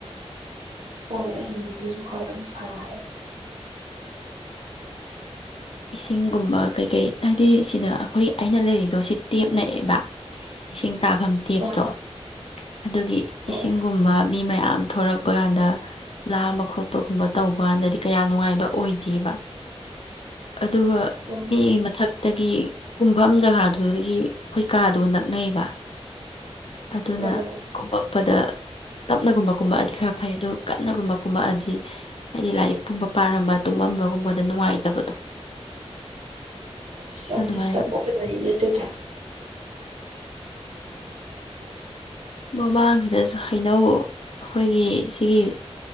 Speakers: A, on the right (about 75°); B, on the left (about 60°).
A: ꯍꯣꯏ ꯑꯩꯁꯤꯗꯁꯨ ꯈꯔ ꯑꯗꯨꯝ ꯁꯥꯏ
B: ꯏꯁꯤꯡꯒꯨꯝꯕ ꯀꯩꯀꯩ ꯍꯥꯏꯗꯤ ꯁꯤꯗ ꯑꯩꯈꯣꯏ ꯑꯩꯅ ꯂꯩꯔꯤꯗꯣ ꯁꯤ ꯇꯦꯞ ꯅꯛꯑꯦꯕ ꯏꯁꯤꯡ ꯇꯥꯐꯝ ꯇꯦꯞꯇꯣ
A: ꯑꯥ
B: ꯑꯗꯨꯒꯤ
A: ꯍꯣꯏ
B: ꯏꯁꯤꯡꯒꯨꯝꯕ ꯃꯤ ꯃꯌꯥꯝ ꯊꯣꯔꯛꯄ ꯀꯥꯟꯗ ꯂꯥꯝꯕ ꯈꯣꯠꯄꯒꯨꯝꯕ ꯇꯧꯕ ꯀꯥꯟꯗꯗꯤ ꯀꯌꯥ ꯅꯨꯡꯉꯥꯏꯕ ꯑꯣꯏꯗꯦꯕ ꯑꯗꯨꯒ
A: ꯍꯣꯏ
B: ꯃꯤ ꯃꯊꯛꯇ ꯒꯤ ꯀꯨꯝꯐꯝ ꯖꯒꯥꯗꯨꯗꯒꯤ ꯑꯩꯈꯣꯏ ꯀꯥꯗꯨꯒ ꯅꯛꯅꯩꯕ꯫ ꯑꯗꯨꯅ
A: ꯑꯥ
B: ꯀꯨꯝꯕ ꯄꯗ ꯇꯞꯅꯒꯨꯝꯕ ꯀꯨꯝꯕꯑꯗꯤ ꯈꯔ ꯐꯩ ꯑꯗꯨ ꯀꯟꯅꯒꯨꯝꯕ ꯀꯨꯝꯃꯛꯑꯗꯤ ꯍꯥꯏꯗꯤ ꯂꯥꯏꯔꯤꯛ ꯄꯨꯝꯕ ꯄꯥꯔꯝꯕ ꯇꯨꯝꯃꯝꯕꯒꯨꯝꯕꯗ ꯅꯨꯡꯉꯥꯏꯇꯕꯗꯣ꯫
A: ꯑꯁ ꯌꯥꯝ
B: ꯑꯗꯨꯃꯥꯏꯅ
A: ꯗꯤꯁꯇꯕ ꯑꯣꯏꯕꯅꯤꯅꯦ ꯑꯗꯨꯗꯣ ꯫
B: ꯃꯃꯥꯡꯁꯤꯗꯁꯨ ꯍꯩꯅꯧ ꯑꯩꯈꯣꯏꯒꯤ ꯁꯤꯒꯤ